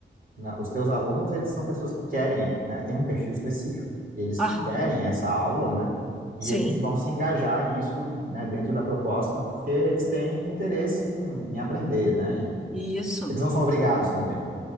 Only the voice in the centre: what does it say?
Aham.
Sim.
Isso.